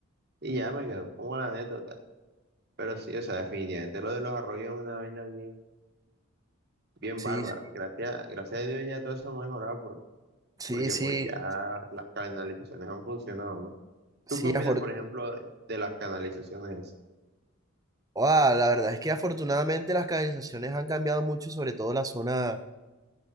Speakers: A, on the right; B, on the right.
A: Y ya me quedó como la anécdota. Pero sí, o sea, definitivamente lo de los arroyos es una vaina bien, bien
B: sí,
A: bárbara.
B: sí,
A: Gracias, gracias a Dios ya todo eso ha mejorado por-
B: sí,
A: porque
B: sí,
A: pues ya las canalizaciones han funcionado, ¿no?
B: sí,
A: ¿Tú qué opinas,
B: afor-
A: por ejemplo, de, de las canalizaciones esas?
B: Ah, la verdad es que afortunadamente las canalizaciones han cambiado mucho, sobre todo la zona,